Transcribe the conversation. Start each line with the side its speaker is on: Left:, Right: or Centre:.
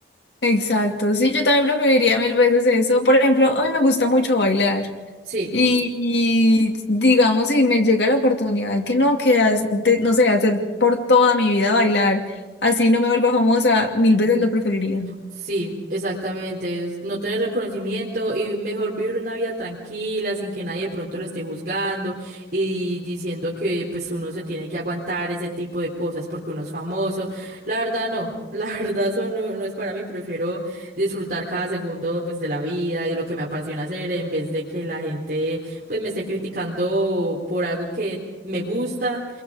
Left: Exacto, sí, yo también preferiría mil veces eso. Por ejemplo, a mí me gusta mucho bailar
Right: Sí.
Left: y, y, digamos, si me llega la oportunidad que no, que haz- de- no sé, hacer por toda mi vida bailar, así no me vuelva famosa, mil veces lo preferiría.
Right: Sí, exactamente. es No tener reconocimiento y mejor vivir una vida tranquila, sin que nadie de pronto lo esté juzgando y diciendo que pues uno se tiene que aguantar ese tipo de cosas porque uno es famoso. La verdad no, <laughs> la verdad eso no, no es para mí. Prefiero disfrutar cada segundo pues de la vida y de lo que me apasiona hacer en vez de que la gente pues me esté criticando por algo que me gusta